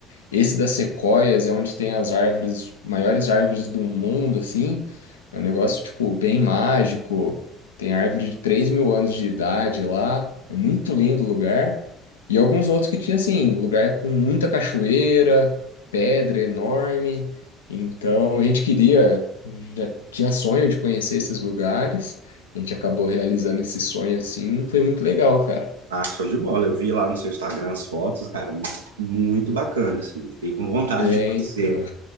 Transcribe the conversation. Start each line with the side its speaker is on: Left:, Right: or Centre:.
Left: Esse das sequoias é onde tem as árvores, maiores árvores do mundo, assim. É um negócio, tipo, bem mágico. Tem árvore de 3 mil anos de idade lá. É muito lindo o lugar. E alguns outros que tinha, assim, lugar com muita cachoeira, pedra enorme. Então, a gente queria, já tinha sonho de conhecer esses lugares. A gente acabou realizando esse sonho, assim. Foi muito legal, cara.
Right: Ah, show de bola. Eu vi lá no seu Instagram as fotos, cara, mu- muito bacana, assim. Fiquei com vontade
Left: É,
Right: de conhecer.
Left: então.